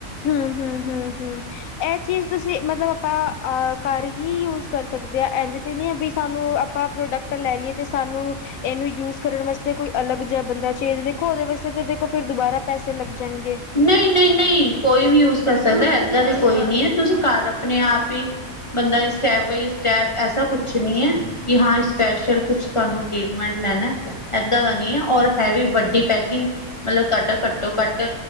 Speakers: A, on the left; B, on the left.
A: ਹੁੰ ਹੁੰ ਹੁੰ ਹੁੰ। ਐ ਚੀਜ਼ ਤੁਸੀ ਮਤਲਬ ਆਪਾਂ ਅ ਘਰ ਹੀ ਯੂਜ ਕਰ ਸਕਦੇ ਆਂ ਏਂਝ ਤੇ ਨੀ ਐ ਵੀ ਸਾਨੂੰ ਆਪਾਂ ਪ੍ਰੋਡਕਟ ਲੈ ਲੀਏ ਤੇ ਸਾਨੂੰ ਏਨੂੰ ਯੂਜ ਕਰਨ ਵਾਸਤੇ ਕੋਈ ਅਲੱਗ ਜਿਆ ਬੰਦਾ ਚਇ ਦੇਖੋ ਓਦੇ ਵਾਸਤੇ ਤੇ ਦੇਖੋ ਫਿਰ ਦੁਬਾਰਾ ਪੈਸੇ ਲੱਗ ਜਾਣਗੇ।
B: ਨਈ ਨਈ ਨਈ ਕੋਈ ਵੀ ਯੂਜ ਕਰ ਸਕਦਾ ਏ ਏਦਾਂ ਤੇ ਕੋਈ ਨੀ ਐ ਤੁਸੀ ਘਰ ਆਪਣੇ ਆਪ ਈ ਬੰਦਾ ਇਸਟੈਪ ਬਾਈ ਸਟੈਪ ਐਸਾ ਕੁਛ ਨੀ ਐ। ਕਿ ਹਾਂ ਸਪੈਸ਼ਲ ਕੁਛ ਤਾਨੂੰ ਟਰੀਟਮੈਂਟ ਲੈਨੈ। ਏਦਾਂ ਦਾ ਨਈ ਐ ਔਰ ਹੈ ਵੀ ਵੱਡੀ ਪੈਕਿੰਗ ਮਤਲਬ ਤਾਡਾ ਘੱਟੋ ਘੱਟ